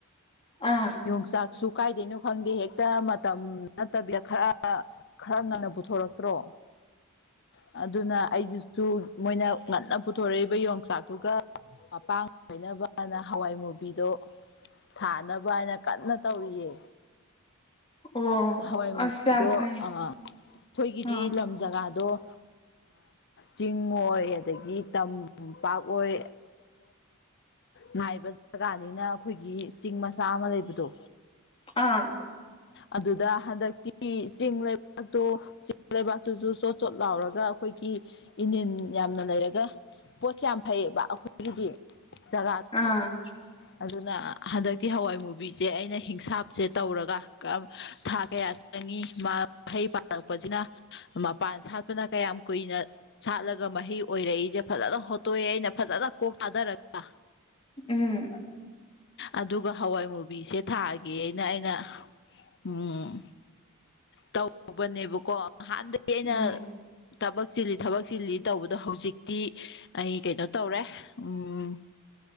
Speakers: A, on the left; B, on the left.
A: ꯑ
B: ꯌꯣꯡꯆꯥꯛꯁꯨ ꯀꯥꯏꯗꯩꯅꯣ ꯈꯪꯗꯦ ꯍꯦꯛ ꯃꯇꯝ ꯅꯠꯇꯕꯤꯗ ꯈꯔ ꯈꯔ ꯉꯟꯅ ꯄꯨꯊꯣꯔꯛꯇ꯭ꯔꯣ ꯑꯗꯨꯅ ꯑꯩꯗꯨꯁꯨ ꯃꯣꯏꯅ ꯉꯟꯅ ꯄꯨꯊꯣꯔꯛꯏꯕ ꯌꯣꯡꯆꯥꯛꯇꯨꯒ ꯃꯄꯥꯡ ꯑꯣꯏꯅꯅꯕꯅ ꯍꯋꯥꯏ ꯃꯨꯕꯤꯗꯣ ꯊꯥꯅꯕ ꯍꯥꯏꯅ ꯀꯟꯅ ꯇꯧꯔꯤꯌꯦ
A: ꯑꯣ
B: ꯍꯋꯥꯏꯃꯨꯕꯤꯗꯣ
A: ꯑꯁ ꯌꯥꯝ ꯐꯩ
B: ꯑ ꯑꯩꯈꯣꯏꯒꯤꯗꯤ
A: ꯑꯥ
B: ꯂꯝ ꯖꯒꯥꯗꯣ ꯆꯤꯡ ꯑꯣꯏ ꯑꯗꯒꯤ ꯇꯝꯄꯥꯛ ꯑꯣꯏ ꯉꯥꯏꯕ ꯖꯒꯥꯅꯤꯅ ꯑꯩꯈꯣꯏꯒꯤ ꯆꯤꯡ ꯃꯆꯥ ꯑꯃ ꯂꯩꯕꯗꯣ
A: ꯑꯥ
B: ꯑꯗꯨꯗ ꯍꯟꯗꯛꯇꯤ ꯇꯤꯡ ꯂꯩꯕꯥꯛꯇꯣ ꯆꯤꯡ ꯂꯩꯕꯥꯛꯇꯨꯁꯨ ꯆꯣꯠ ꯆꯣꯠ ꯂꯥꯎꯔꯒ ꯑꯩꯈꯣꯏꯒꯤ ꯏꯅꯤꯟ ꯌꯥꯝꯅ ꯂꯩꯔꯒ ꯄꯣꯠꯁꯦ ꯌꯥꯝ ꯐꯩꯌꯦꯕ ꯑꯩꯈꯣꯏꯒꯤꯗꯤ ꯖꯒꯥꯗꯣ
A: ꯑꯥ ꯑꯥ
B: ꯑꯗꯨꯅ ꯍꯟꯗꯛꯇꯤ ꯍꯋꯥꯏ ꯃꯨꯕꯤꯁꯦ ꯑꯩꯅ ꯍꯤꯡꯁꯥꯞꯁꯦ ꯇꯧꯔꯒ ꯊ ꯀꯌꯥ ꯆꯪꯉꯤ ꯃꯥ ꯍꯩ ꯄꯥꯜꯂꯛꯄꯁꯤꯅ ꯃꯄꯥꯟ ꯁꯥꯠꯄꯅ ꯀꯌꯥꯝ ꯀꯨꯏꯅ ꯁꯥꯠꯂꯒ ꯑꯗꯨꯒ ꯃꯍꯩ ꯑꯣꯏꯔꯛꯏꯁꯦ ꯐꯖꯅ ꯍꯣꯠꯇꯣꯛꯑꯦ ꯑꯩꯅ ꯐꯖꯅ ꯀꯣꯛ ꯊꯥꯗꯔꯒ
A: ꯎꯝ
B: ꯑꯗꯨꯒ ꯍꯋꯥꯏ ꯃꯨꯕꯤꯁꯦ ꯊꯥꯒꯦꯅ ꯑꯩꯅ ꯎꯝ ꯇꯧꯕꯅꯦꯕꯀꯣ ꯉꯍꯥꯟꯗꯩ ꯑꯩꯅ
A: ꯎꯝ
B: ꯊꯕꯛ ꯆꯤꯜꯂꯤ ꯊꯕꯛ ꯆꯤꯜꯂꯤ ꯇꯧꯕꯗꯣ ꯍꯧꯖꯤꯛꯇꯤ ꯑꯩ ꯀꯩꯅꯣ ꯇꯧꯔꯦ ꯎꯝ